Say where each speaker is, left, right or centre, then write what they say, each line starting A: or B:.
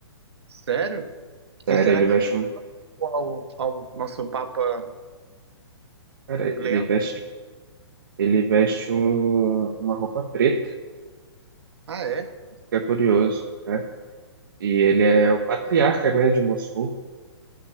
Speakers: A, on the right; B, on the right.
A: Sério?
B: Sério,
A: E será
B: ele
A: que
B: veste um.
A: ao, ao nosso Papa
B: Cara,
A: Leão?
B: ele veste, ele veste um- uma roupa preta,
A: Ah, é?
B: isso que é curioso, né? E ele é o patriarca, né, de Mossul.